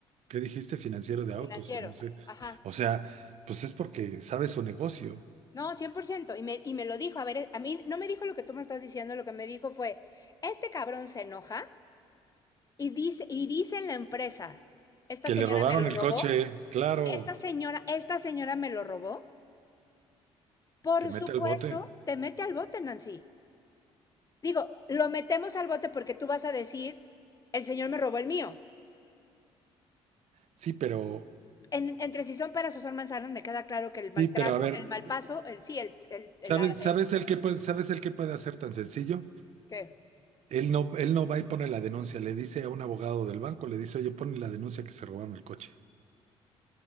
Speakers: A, on the right (about 60°); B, on the left (about 30°).
A: ¿qué dijiste? Financiero de autos
B: Financiero.
A: o no sé.
B: Ajá.
A: O sea, pues es porque sabe su negocio.
B: No, cien por ciento Y me, y me lo dijo. A ver, eh, a mí no me dijo lo que tú me estás diciendo. Lo que me dijo fue, este cabrón se enoja y dice, y dice en la empresa, esta
A: Que
B: señora
A: le robaron
B: me lo
A: el
B: robó.
A: coche, claro,
B: Esta señora, esta señora me lo robó. Por
A: te mete
B: supuesto,
A: al bote.
B: te mete al bote, Nancy. Digo, lo metemos al bote porque tú vas a decir, el señor me robó el mío.
A: Sí, pero,
B: En- entre si son peras o son manzanas, me queda claro que el mal
A: sí, pero
B: trago,
A: a ver.
B: el mal paso, el sí, el, el, el-
A: ¿Sabes,
B: la- el
A: sabes el que puede, sabes el que puede hacer tan sencillo?
B: que-
A: Él no, él no va y pone la denuncia, le dice a un abogado del banco, le dice, oye, pone la denuncia que se robaron el coche.